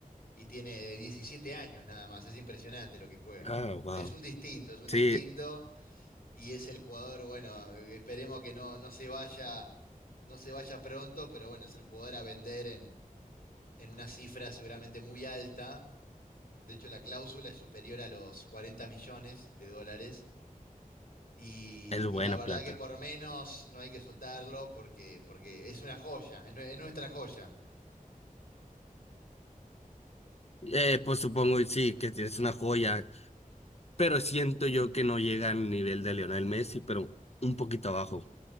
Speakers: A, on the left; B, on the left.
A: y tiene 17 años nada más, es impresionante lo que juega.
B: Ah, wow.
A: Es un distinto, es un
B: Sí,
A: distinto y es el jugador, bueno, esperemos que no, no se vaya, no se vaya pronto, pero bueno, es el jugador a vender en, en una cifra seguramente muy alta. De hecho, la cláusula es superior a los cuarenta millones de dólares y,
B: es buena
A: y la verdad
B: plata.
A: que por menos no hay que soltarlo porque, porque es una joya, es nue- es nuestra joya.
B: Eh, pues supongo, y sí, que tienes una joya, pero siento yo que no llega al nivel de Lionel Messi, pero un poquito abajo.